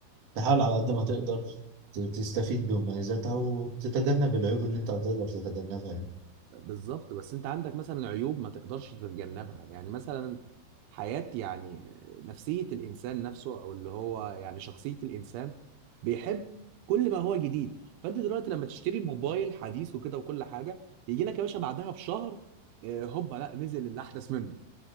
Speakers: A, on the right; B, on the right.
A: تحاول على قد ما تقدر ت- تستفيد بمميزاتها وتتجنب العيوب اللي انت هتقدر تتجنبها يعني
B: بالظبط بس انت عندك مثلا عيوب ما تقدرش تتجنبها يعني مثلا حياة يعني نفسية الانسان نفسه او اللي هو يعني شخصية الانسان بيحب كل ما هو جديد فانت دلوقتي لما تشتري موبايل حديث وكده وكل حاجة يجي لك يا باشا بعدها بشهر آه، هوبا لا نزل اللي احدث منه